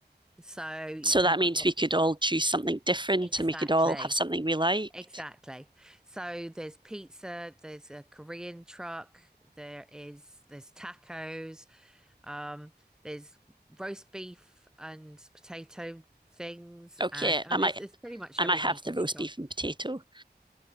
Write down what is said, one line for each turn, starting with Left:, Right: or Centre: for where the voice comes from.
Centre: So you've
Right: So that means
Centre: got
Right: we could all choose something different
Centre: exactly,
Right: and we could all have something we liked.
Centre: exactly. So there's pizza, there's a Korean truck, there is there's tacos, um, there's roast beef and potato things,
Right: Okay,
Centre: and I mean
Right: I might
Centre: there's there's pretty much
Right: I
Centre: everything
Right: might have
Centre: you could
Right: the roast
Centre: think of.
Right: beef and potato.